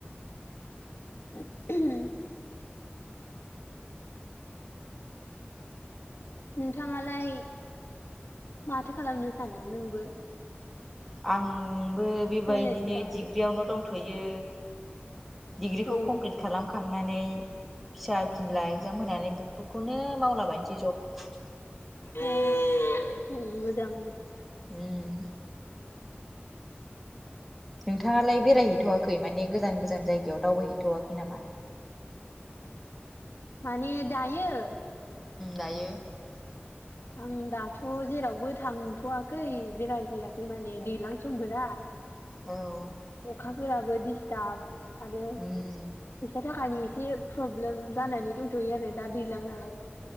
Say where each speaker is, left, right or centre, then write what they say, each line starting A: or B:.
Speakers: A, on the left; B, in the centre.
A: <unintelligible> नोंथाङालाय माथो खालामनो सानदों नोंबो।
B: आं। आंबो बेबायदिनो
A: फरायनायनि बागै
B: डिग्रियावनो दंथ'यो डिग्रिखौ
A: औ
B: कमप्लिट खालामखां। थांनानै फिसा फिनला एगजाम होनानै बेफोरखौनो मावलाबायनोसै जब।
A: <unintelligible> मोजां मोजां
B: उम नोंथाङालाय बेरायहैथ'वाखै माने गोजान गोजान जायगायाव दावबायहैथ'वाखै नामा
A: माने दायो
B: दायो
A: आं दाथ' जेरावबो थांथ'वाखै बेरायहैयाखै माने दैज्लां समबोना
B: औ
A: अखाफोराबो दिस्टाब आरो
B: उम
A: फैसा थाखानि एसे प्रब्लेम जानानै दंथ'यो आरो दा दैज्लां नालाय